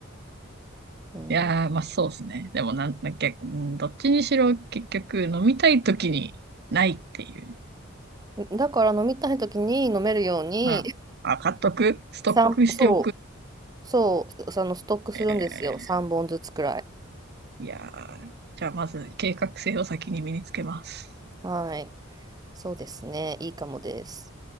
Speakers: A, on the right; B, on the right.
A: う。
B: いやー、
A: う
B: まあそうですね。でもなんだっけ、うんどっちにしろ結局飲みたい時にないっていう。
A: ん、だから飲みたい時に飲めるように、
B: まあ、あ、買っとく、
A: <laughs>
B: ストックしておく。
A: 散歩、そうそう、そのストックするんですよ。
B: え
A: 3本ずつくらい。
B: ーいやー、じゃあまず計画性を先に身につけます。
A: はい。そうですね。いいかもです。